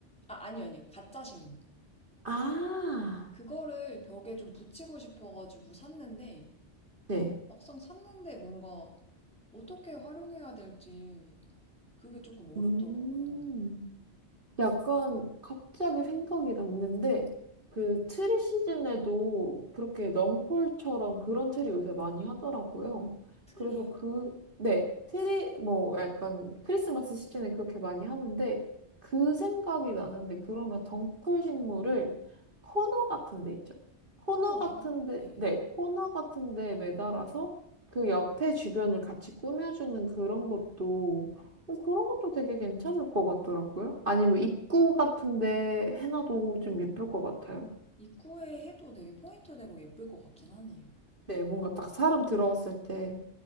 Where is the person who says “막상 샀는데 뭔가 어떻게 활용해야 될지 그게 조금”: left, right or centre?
Centre